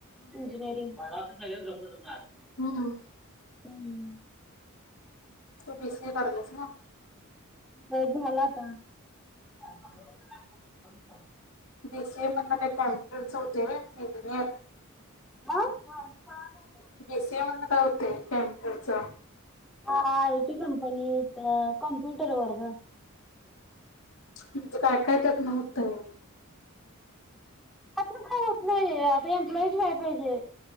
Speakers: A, in the centre; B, on the left (about 65°).
A: इंजिनिअरिंग <inaudible> डोक दुखणार.
B: हं
A: <unintelligible>
B: तू बी सी ए करायलेस ना?
A: व्हयं झाल आता. बर बंद कर
B: बी सी ए मधन काय कॉम्प्युटरच होतयं व्हय इंजिनियर.
A: आ.
B: बी सी ए मधन काय होतयं कॅम्पुटरच
A: हा आय टी कंपनीत अ कॉम्प्युटर वर गं
B: म्हणजे काय काय त्यातन होतय?
A: ह्यातन काय होत नाही. आता एम्प्लॉईज व्हायला पाहिजे.